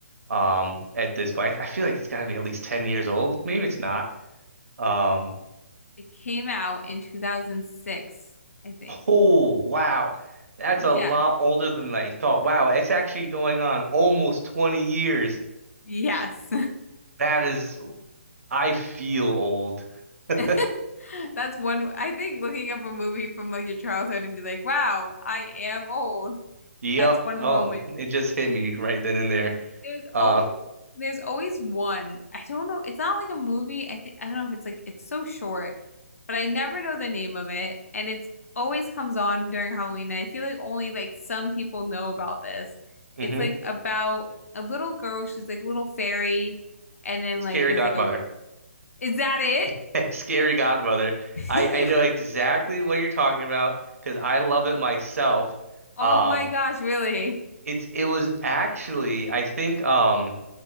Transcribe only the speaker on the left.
It came out in 2006, I think.
Yeah.
Yes.
<laughs> That's one. I think looking up a movie from like your childhood and be like, wow, I am old.
That's one
of the moments.
There's
always there's always one. I don't know. It's not like a movie. I think I don't know if it's like it's so short, but I never know the name of it, and it's always comes on during Halloween. And I feel like only like some people know about this. It's
like about a little girl. She's like a little fairy, and then
like there's
like a. Is that it?
<laughs>
You.
Oh
my gosh! Really?